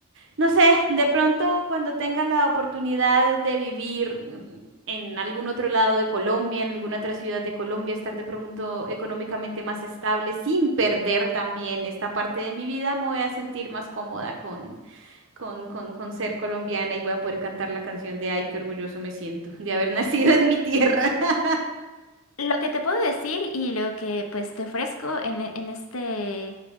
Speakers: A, on the right (about 60°); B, on the left (about 80°).
A: no sé, de pronto cuando tenga la oportunidad de vivir mm, en algún otro lado de Colombia, en alguna otra ciudad de Colombia, estar de pronto económicamente más estable, sin perder también esta parte de mi vida, me voy a sentir más cómoda con, con, con, con ser colombiana y voy a poder cantar la canción de Ay, qué orgulloso me siento de haber <laughs> nacido en mi tierra. <laughs>
B: Lo que te puedo decir y lo que pues te ofrezco en, e- en este,